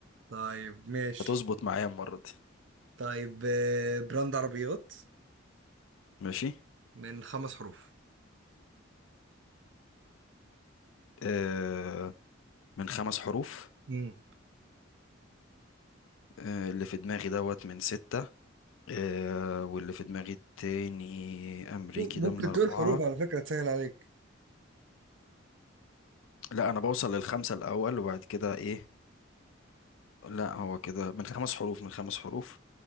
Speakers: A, on the right; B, on the left.
A: طيب ماشي
B: هتظبط معايا المرة دي
A: طيب آه، براند عربيات
B: ماشي
A: من خمس حروف
B: آه، من خمس حروف
A: مم.
B: آه، اللي في دماغي دوت من ستة آه، واللي في دماغي التاني أمريكي
A: ممكن
B: ده من أربعة
A: تقول حروف على فكرة تسهل عليك
B: لا أنا بوصل للخمسة الأول وبعد كده إيه لا هو كده من خمس حروف من خمس حروف